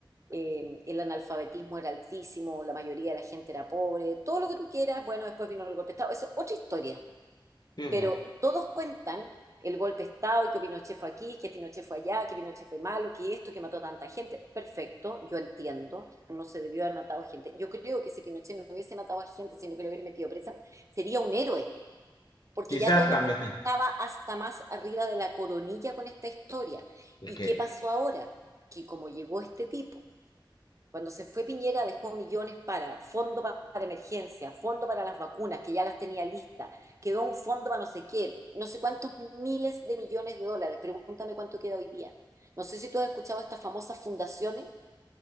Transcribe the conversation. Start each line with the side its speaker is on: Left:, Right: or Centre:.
Right: eh, el analfabetismo era altísimo, la mayoría de la gente era pobre, todo lo que tú quieras. Bueno, después vino el golpe de Estado. Eso es otra historia
Left: Sí,
Right: pero
Left: sí.
Right: todos cuentan el golpe de Estado y que Pinochet fue aquí, que Pinochet fue allá, que Pinochet fue malo, que esto, que mató tanta gente. Perfecto, yo entiendo, no se debió haber matado gente. Yo creo que si Pinochet no hubiese matado a gente, sino que lo hubiera metido presa, sería un héroe, porque
Left: Quizás
Right: ya todo
Left: cambie.
Right: el mundo
Left: <laughs>
Right: estaba hasta más arriba de la coronilla con esta historia.
Left: Es
Right: ¿Y
Left: que,
Right: qué pasó ahora? Que como llegó este tipo cuando se fue Piñera dejó millones para fondo pa- para emergencia, fondo para las vacunas, que ya las tenía listas, quedó un fondo para no sé qué, no sé cuántos miles de millones de dólares. Pregúntame cuánto queda hoy día. No sé si tú has escuchado estas famosas fundaciones.